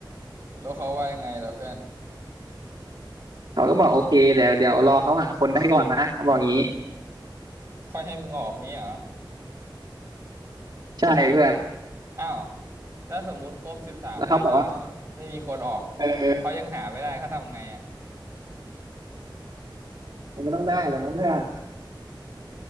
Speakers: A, on the right; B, on the right.
A: แล้วเขาว่ายังไงล่ะเพื่อน
B: เขาก็บอกโอเคเดี๋ยวเดี๋ยวรอเขาหาคนได้ก่อนนะเขาบอกอย่างนี้
A: ค่อยให้มึงออกงี้เหรอ
B: ใช่เพื่อน
A: อ้าวแล้วสมมุติครบสิบสามวันแล้ว
B: แล้วเขาบอกว่า
A: ไม่มีคนออก
B: เออ
A: เขายังหาไม่ได้เขาทำไงอ่ะ
B: มันก็ต้องได้แหละมั้งเพื่อน